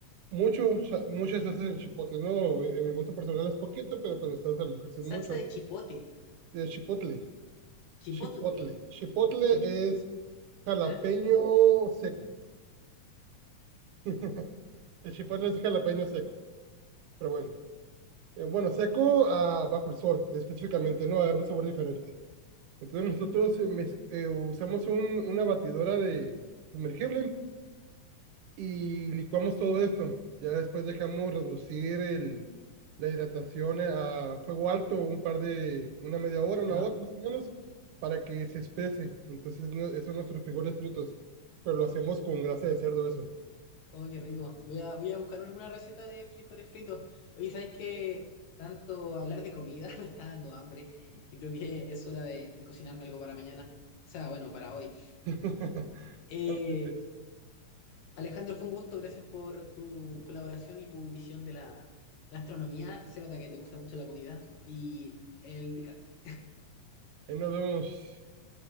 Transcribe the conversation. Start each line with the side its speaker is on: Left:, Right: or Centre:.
Right: mucho, cha- mucha salsa de chipotle, ¿no? En mi gusto personal es poquito, pero, pero ustedes a lo mejor sí es
Left: Salsa
Right: mucho.
Left: de chipote.
Right: De chipotle,
Left: Chipote.
Right: chipotle.
Left: eh,
Right: Chipotle
Left: chip,
Right: es Jalapeño
Left: ¿eh?
Right: seco. <laughs> El chipotle es jalapeño seco, pero bueno. Eh, bueno, seco ah, bajo el sol, específicamente, ¿no? Agarra un sabor diferente. Entonces nosotros eh, mez- eh, usamos un- una batidora de sumergible y licuamos todo esto. Ya después dejamos reducir el, la hidratación eh, a fuego alto un par de, una media hora, una
Left: ¿Yo?
Right: hora más o menos, para que se espese. Entonces, no- esos son nuestros frijoles fritos, pero lo hacemos con grasa de cerdo, eso.
Left: Oh, qué rico. Voy a, voy a buscar alguna receta de frijoles fritos. Oye, ¿sabes qué? Tanto hablar de comida <laughs> me está dando hambre. Yo creo que es hora de, de cocinarme algo para mañana. O sea, bueno, para hoy.
Right: <laughs>
Left: Eh,
Right: Ándale, pues,
Left: Alejandro, fue un gusto, gracias por tu colaboración y tu visión de la, la astronomía. Se nota que te gusta mucho la comida y el picante.
Right: ahí nos vemos.